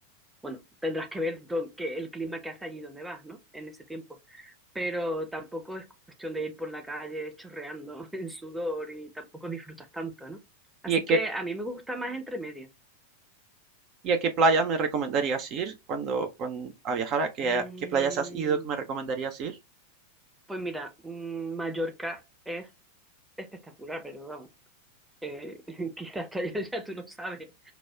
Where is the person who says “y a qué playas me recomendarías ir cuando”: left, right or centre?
Right